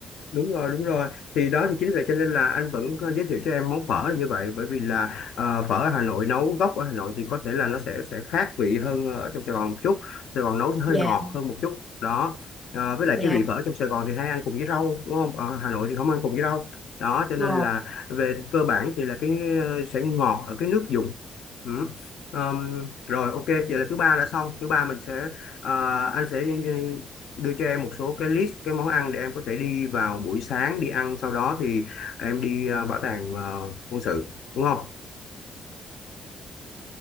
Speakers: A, on the left; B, in the centre.
A: đúng rồi đúng rồi thì đó thì chính vì vậy cho nên là anh vẫn có giới thiệu cho em món phở là như vậy bởi vì là ờ, phở ở Hà Nội nấu gốc ở Hà Nội thì có thể là nó sẽ sẽ khác vị hơn ở trong Sài Gòn một chút Sài Gòn nấu sẽ hơi
B: dạ
A: ngọt hơn một chút đó Ờ, với lại
B: dạ
A: cái vị phở trong Sài Gòn thì hay ăn cùng với rau đúng không ở Hà Nội thì không ăn cùng với rau đó cho nên
B: ngon
A: là về cơ bản thì là cái ờ, sẽ ngọt ở cái nước dùng Ừ. Ờm, rồi ok vậy là thứ ba đã xong thứ ba mình sẽ ờ, anh sẽ ừ, đưa cho em một số cái list cái món ăn để em có thể đi vào buổi sáng đi ăn sau đó thì em đi ờ, bảo tàng ờ, quân sự đúng không